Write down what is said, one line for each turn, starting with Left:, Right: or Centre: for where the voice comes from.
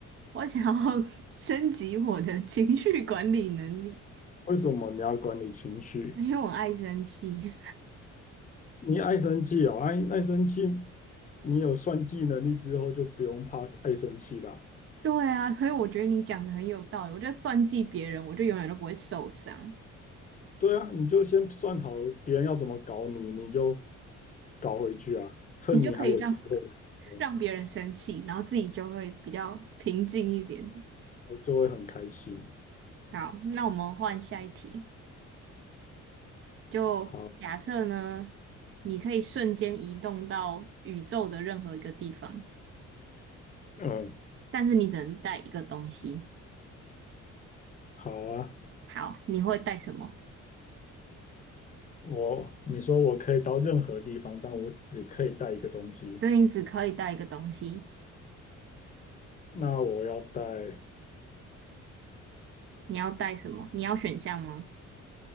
Right: 我想要 <laughs> 升级我的情绪管理能力，
Left: 为什么你要管理情绪？
Right: 因为我爱生气。
Left: 你爱生气哦，爱爱生气，你有算计能力之后就不用怕爱生气啦。
Right: <laughs> 对啊，所以我觉得你讲的很有道理。我就算计别人，我就永远都不会受伤，
Left: 对啊，你就先算好别人要怎么搞你，你就搞回去啊。趁你还有机会的时候，
Right: 你就可以让让别人生气，然后自己就会比较平静一点点。
Left: 我就会很开心。
Right: 好，那我们换下一题。就假设呢，
Left: 好，
Right: 你可以瞬间移动到宇宙的任何一个地方，
Left: 嗯，
Right: 但是你只能带一个东西。
Left: 好啊。
Right: 好，你会带什么？
Left: 我，你说我可以到任何地方，但我只可以带一个东西。
Right: 对，你只可以带一个东西。
Left: 那我要带，
Right: 你要带什么？你要选项吗？